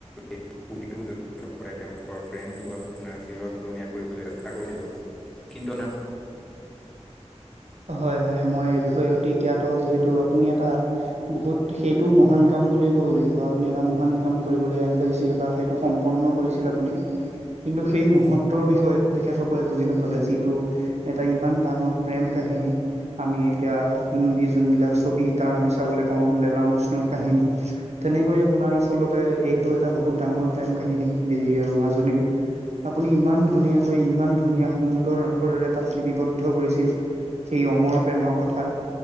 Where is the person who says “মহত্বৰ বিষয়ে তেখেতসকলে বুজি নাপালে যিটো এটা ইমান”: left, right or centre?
Right